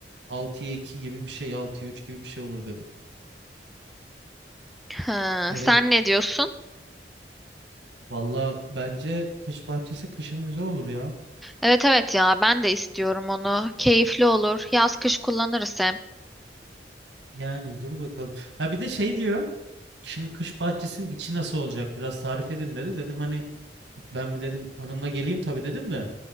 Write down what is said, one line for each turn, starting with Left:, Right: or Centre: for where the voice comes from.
Right: 6'ya 2 gibi bir şey 6'ya 3 gibi bir şey olur dedi.
Centre: Hı,
Right: Evet.
Centre: sen ne diyorsun?
Right: Valla bence kış bahçesi kışın güzel olur ya.
Centre: Evet evet ya ben de istiyorum onu. Keyifli olur. Yaz kış kullanırız hem.
Right: Yani dur bakalım. Ha bir de şey diyor. Şimdi kış bahçesinin içi nasıl olacak? Biraz tarif edin dedi. Dedim hani ben bir dedim hanımla geleyim tabii dedim de